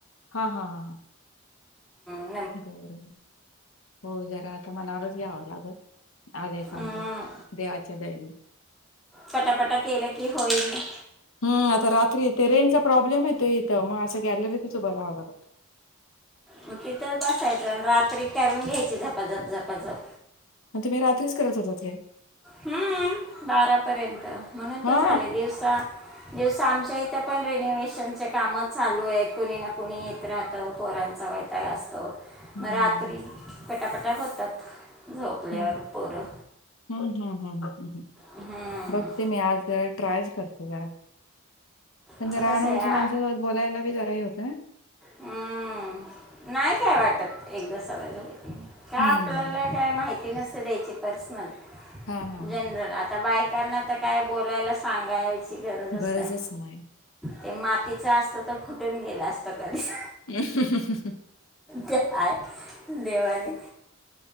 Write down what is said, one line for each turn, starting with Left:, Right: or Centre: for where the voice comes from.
Left: हा हा हा हा
Centre: हम
Left: बर हो जरा आता मनावरच घ्यावं लागल आलंय काम
Centre: हम्म,
Left: तर देवाच्या दयनी.
Centre: पटापटा केले की होईल न.
Left: हम्म आता रात्री इथे रेंजचा प्रॉब्लेम यतो इथं म असं गॅलरीतच उभं राहाव लागलं.
Centre: मग तिथंच बसायचं आणि रात्री करून घ्यायची झपाझप झपाझप.
Left: मग तुम्ही रात्रीच करत होतात काय?
Centre: हम्म बारापर्यंत म्हणून
Left: हा
Centre: तर झाले दिवसा दिवसा आमच्या इथं पण रेनोवेशनचे काम चालू आहेत कोणी ना कोणी येत राहतं पोरांच व त असतो
Left: हम्म
Centre: रात्री
Left: हम्म
Centre: पटापटा होतात. झोपल्यावर
Left: हम्म
Centre: पोरं.
Left: हम्म हम्म हम्म
Centre: हम्म
Left: बघते मी आज जरा ट्रायच करत जरा पण
Centre: आता
Left: जरा
Centre: कसं
Left: पण अनोळखी
Centre: आहे
Left: माणसासोबत बोलायला बी जरा हे होत <unintelligible>
Centre: हम्म नाही काय वाटत एकदा सवय झाले की का
Left: हम्म.
Centre: आपल्याला काय माहिती नसते द्यायची पर्सनल
Left: हा हा. हा.
Centre: जनरल आ आता बायकांना तर काय बोलायला सांगायची गरज
Left: गरजच
Centre: नाय.
Left: नाही.
Centre: ते मातीच असत तर फुटून गेलं असत कधीच.
Left: <inaudible>
Centre: त्याय देवाली.